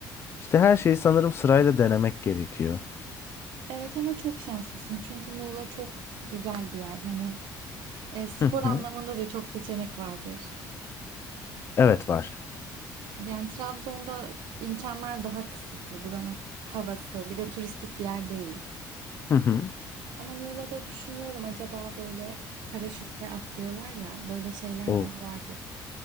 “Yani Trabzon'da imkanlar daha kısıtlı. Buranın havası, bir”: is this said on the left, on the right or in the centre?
Right